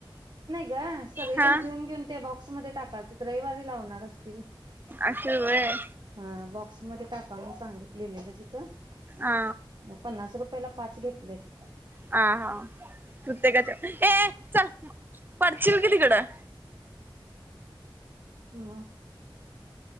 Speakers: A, on the right; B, on the right.
A: गा सगळे
B: हा
A: जण घेऊन घेऊन त्या.... स म टाकातील रविवारी लावणार असतील <inaudible>
B: अस व्हय.
A: आ बॉक्समध्ये टाका म्हणू सांगितल लिहिलेलं तिथं
B: आ
A: पन्नास रूप... पहिला पहिला पाच घेतलेत
B: आ हा प्रत्येकाच्या ए ए चल पडचिलकि तिकडं.
A: म?